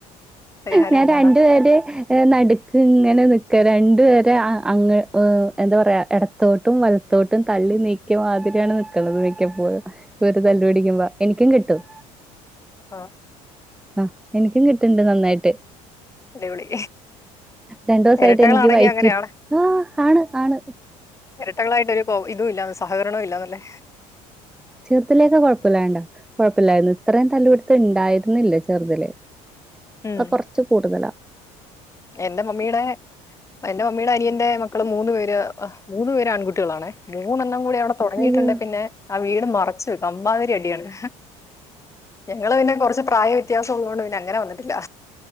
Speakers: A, on the left; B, in the centre.
A: പരിഹാരം
B: ഞാൻ
A: ഇല്ലാന്ന്
B: രണ്ടുപേരുടെയും നടുക്ക് ഇങ്ങനെ നിക്കല രണ്ടു പേരെ അങ്ങ് എന്താ പറയാ ഇട ത്തോട്ടും വലത്തോട്ടും തള്ളി നീക്കിയ മാതിരിയാണ് നിക്കണത് മിക്കപ്പോഴും ഇവർ തല്ലുപിടിക്കുമ്പോ എനിക്കും കിട്ടും
A: ആഹ്
B: ആഹ് എനിക്കും കിട്ടണ്ട് നന്നായിട്ട്
A: ഇടപെടി
B: രണ്ടൂസായിട്ട്
A: ഇരട്ടകളാണെങ്കിൽ
B: എനിക്ക് വയറ്റ്
A: അങ്ങനെയാണ്
B: ആഹ് ആണ് ആണ്
A: എരട്ടകളായിട്ട് ഒരു പ്പോ ഇതുല്ലാതെ സഹകരണവും ഇല്ലാതല്ലേ
B: ചെറ്തിലെക്കൊ കുഴപ്പമില്ലാണ്ടാ കൊഴപ്പില്ലായിരുന്നു ഇത്രയും തല്ലുപിടുത്തം ഉണ്ടായിരുന്നില്ല ചെറ്തിലെ.
A: ഉം
B: ഇപ്പൊ കൊർച്ച് കൂടുതലാ.
A: എന്റെ മമ്മീടെ എന്റെമമ്മീടെ അനിയന്റെ മക്കള് മൂന്ന് പേര് മൂന്ന് പേര് ആൺകുട്ടിയളാണ്. മൂന്നെണ്ണം കൂടി അവിടെ തുടങ്ങിയിട്ടുണ്ടെ
B: അയ്യോ
A: പിന്നെ ആഹ് വീട് മറച്ച് വേക്കും അമ്മാതിരി അടിയാണ്. ഞങ്ങള് പിന്നെ കൊറച്ച് പ്രായ വ്യത്യാസം ഉള്ളോണ്ട് പിന്നെ അങ്ങനെ വന്നിട്ടില്ല.